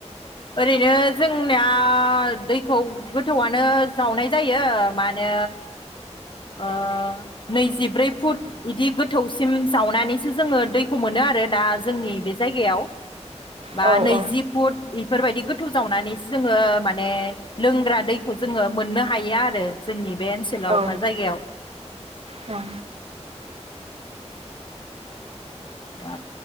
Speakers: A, on the left (about 45°); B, on the right (about 55°).
A: ओरैनो जोंनिया दैखौ गोथौआनो जावनाय जायो, मानो ओ नैजिब्रै फुट बिदि गोथौसिम जावनानैसो जोङो दैखौ मोनो आरो दा जोंनि बे जायगायाव। बा
B: औ
A: नैजि
B: औ
A: फुट इ बेफोरबायदि गोथौ जावनानैसो जोङो माने लोंग्रा दैखौ जोङो मोननो हायो आरो जोंनि बे ओनसोलाव
B: औ
A: बा जायगायाव
B: औ
A: दा